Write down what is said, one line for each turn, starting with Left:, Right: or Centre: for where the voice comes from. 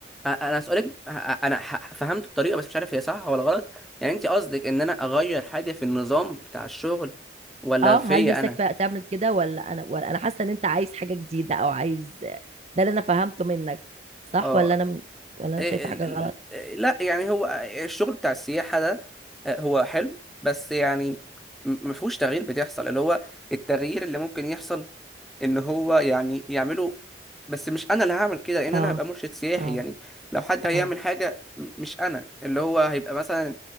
Centre: أ- انا هسألك أ- انا ح- فهمت بطريقه بس مش عارف هي صح ولا غلط يعني انت قصدك ان انا اغير حاجه في النظام بتاع الشغل ولا
Right: اه
Centre: فيا
Right: هل نفسك
Centre: انا
Right: فيها تعمل كده ولا انا ولا انا حاسه ان انت عايز حاجه جديده او عايز ده اللي انا فهمته منك صح
Centre: اه
Right: ولا انا م- ولا انا
Centre: إيه،
Right: شايفه حاجه
Centre: ال- ال-
Right: غلط
Centre: إيه، لا يعني هو آه، الشغل بتاع السياحة ده آه، هو حلو بس يعني م- مفهوش تغيير بتحصل اللي هو التغيير اللي ممكن يحصل ان هو يعني يعمله بس مش انا اللي هعمل كده لان
Right: اه
Centre: انا هبقى مرشد سياحي
Right: اه
Centre: يعني لو حد هيعمل
Right: اه
Centre: حاجة م- مش انا اللي هو هيبقى مثلا